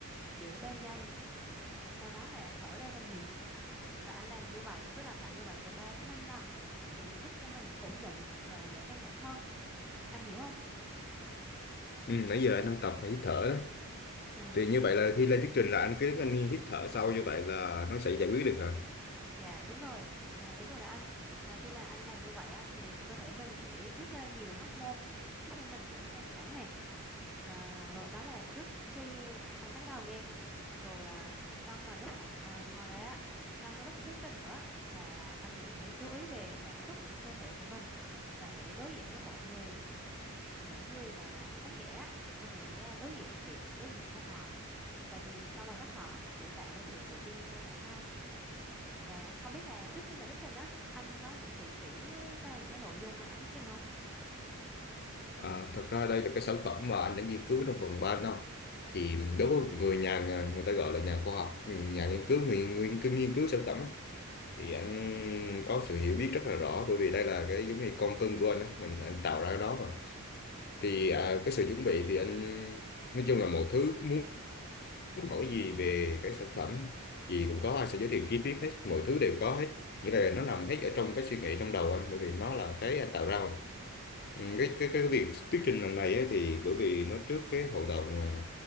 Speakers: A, in the centre; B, on the left.
A: giữ 3 giây và sau đó là thở ra bằng miệng và anh làm như vậy cứ lặp lại như vậy từ 3 đến 5 lần thì sẽ giúp cho mình ổn định và giảm căng thẳng hơn anh hiểu không
B: ừ nãy giờ anh đang tập hít thở đấy
A: ừ,
B: thì như vậy là khi lên thuyết trình là anh cứ đứng anh hít thở sau như vậy là nó sẽ giải quyết được hả
A: Dạ đúng rồi à, đúng rồi đó anh à, khi mà anh làm như vậy á, thì cơ thể mình sẽ tiết ra nhiều hormone giúp cho mình giảm căng thẳng này à, rồi đó là trước khi anh bắt đầu nghe rồi à, trong mà lúc à, ngồi đấy á trong cái lúc thuyết trình nữa là anh hãy chú ý về cảm xúc cơ thể của mình và hãy đối diện với mọi người những người mà khán giả á, anh hãy à, đối diện kỹ đối diện với họ và nhìn sâu vào mắt họ để tạo ra sự tự tin cho cả hai và không biết là trước khi bài thuyết trình á, anh có chuẩn bị kỹ sang cái nội dung mà anh thuyết trình không?
B: À, thật ra đây là cái sản phẩm mà anh đã nghiên cứu trong vòng 3 năm thì đối với người nhà người ta gọi là nhà khoa học nhà nghiên cứu người, người, cứ nghiên cứu sản phẩm á, thì anh có sự hiểu biết rất là rõ bởi vì đây là cái giống như con cưng của anh á, mình anh tạo ra cái đó mà thì à, cái sự chuẩn bị thì anh nói chung là mọi thứ muốn hỏi gì về cái sản phẩm gì cũng có anh sẽ giới thiệu chi tiết hết mọi thứ đều có hết nghĩa là nó nằm hết ở trong cái suy nghĩ trong đầu anh bởi vì nó là cái anh tạo ra mà Ừ, cái cái cái việc thuyết trình lần này ấy, thì bởi vì nó trước cái hội đồng à,